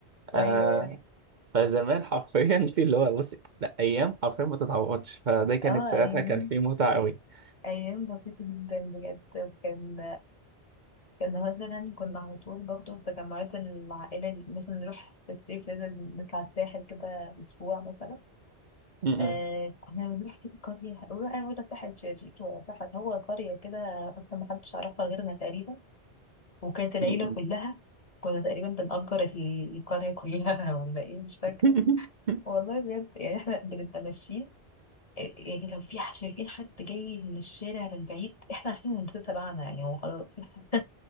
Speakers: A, on the right; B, on the left.
A: آه
B: ايوه ايوه
A: فزمان حرفيا <laughs> انت اللي هو بصي لا أيام حرفيا ما تتعوضش فده كانت
B: اه
A: ساعتها
B: ايام
A: كان فيه متعة قوي
B: ايام بسيطة جدا بجد كان كان مثلا كنا على طول برضه في تجمعات العائلة مثلا نروح في الصيف لازم نطلع الساحل كده اسبوع مثلا
A: م- م-
B: آه كنا بنروح كده قرية ولا ولا ساحل شرير ولا ساحل هو قرية كده اصلا محدش يعرفها غيرنا تقريبا وكانت العيلة
A: م- م.
B: كلها كنا تقريبا بنأجر القرية كلها <laughs> ولا ايه مش فاكرة
A: <laughs>
B: والله بجد يعني احنا بنبقى ماشيين يعني لو في ح- شايفين حد جاي من الشارع من بعيد احنا عارفين ان ده تبعنا يعني هو خلاص <laughs>